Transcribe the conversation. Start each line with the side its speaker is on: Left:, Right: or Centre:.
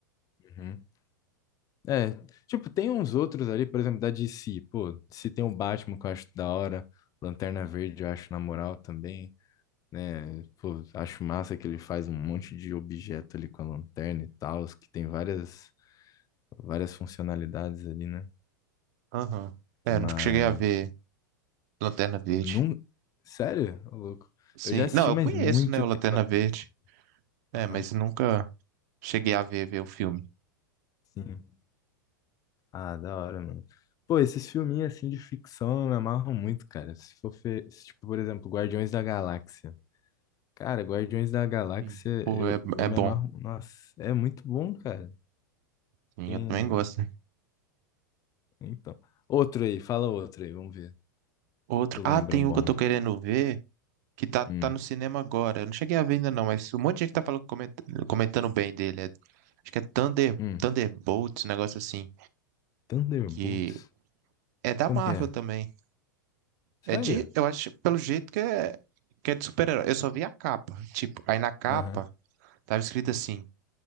Left: Uhum. É, tipo, tem uns outros ali, por exemplo, da DC. Pô, se tem o Batman que eu acho da hora. Lanterna Verde eu acho na moral também. né? Pô, acho massa que ele faz um monte de objeto ali com a lanterna e tal, que tem várias, várias funcionalidades ali, né?
Right: Aham. É,
Left: Mas,
Right: eu nunca cheguei a ver Lanterna Verde.
Left: não, sério, ô louco.
Right: Sim.
Left: Eu já assisti,
Right: Não, eu
Left: mas
Right: conheço,
Left: muito
Right: né, o
Left: tempo
Right: Lanterna
Left: atrás.
Right: Verde. É,
Left: Aham,
Right: mas nunca cheguei a ver, ver o filme.
Left: sim. Ah, da hora, mano. Pô, esses filminhos assim de ficção me amarram muito, cara. Se for, fe- se, tipo, por exemplo, Guardiões da Galáxia. Cara, Guardiões da Galáxia,
Right: Sim. Pô,
Left: eu,
Right: é,
Left: eu
Right: é
Left: me
Right: bom.
Left: amarro. Nossa, é muito bom, cara.
Right: Sim,
Left: Tem.
Right: eu também gosto.
Left: Então. Outro aí, fala outro aí, vamos ver.
Right: Outro.
Left: Tu lembra
Right: Ah, tem
Left: um
Right: um
Left: bom?
Right: que eu tô querendo ver que tá, tá
Left: Hum,
Right: no cinema agora. Eu não cheguei a ver ainda não, mas um monte de gente tá falando, comenta- comentando bem dele. É- acho que é Thunder,
Left: hum.
Right: Thunderbolts, um negócio assim.
Left: Thunderbolts?
Right: Que é da
Left: Como
Right: Marvel
Left: que é?
Right: também. É
Left: Sério?
Right: de, eu acho, pelo jeito que é, que é de super-herói. Eu só vi a capa. Tipo, aí na capa
Left: Aham.
Right: tava escrito assim.